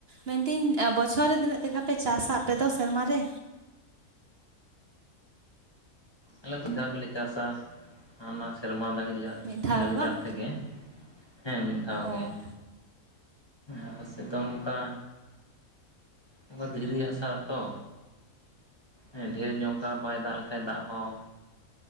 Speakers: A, on the right; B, on the left.
A: ᱢᱮᱱᱫᱤᱧ ᱵᱚᱪᱷᱚᱨ ᱨᱮ ᱛᱤᱱᱟᱹᱜ ᱛᱮᱠᱷᱟ ᱯᱮ ᱪᱟᱥᱟ ᱟᱯᱮ ᱫᱚ ᱥᱮᱨᱢᱟ ᱨᱮ?
B: ᱟᱞᱮ ᱫᱚ ᱢᱤᱫᱫᱷᱟᱣ ᱜᱮᱞᱮ ᱪᱟᱥᱟ ᱦᱟᱸᱱᱟ ᱥᱮᱨᱢᱟ ᱫᱟᱲᱤ
A: ᱢᱤᱫ ᱫᱷᱟᱣ
B: ᱡᱟᱹᱲᱤ
A: ᱜᱮ ᱵᱟᱝ?
B: ᱫᱟᱜ ᱛᱮᱜᱮ᱾ ᱦᱮᱸ ᱢᱤᱫ ᱫᱷᱟᱣ
A: ᱚ
B: ᱜᱮ, ᱟᱞᱮ ᱥᱮᱫ ᱫᱚ ᱚᱱᱠᱟ ᱚᱱᱠᱟ ᱫᱷᱤᱨᱤ ᱦᱟᱥᱟ ᱛᱚ, ᱦᱮᱸ ᱰᱷᱮᱨ ᱧᱚᱜ ᱚᱝᱠᱟ ᱵᱟᱭ ᱫᱟᱜ ᱞᱮᱠᱷᱟᱡ ᱫᱟᱜ ᱦᱚᱸ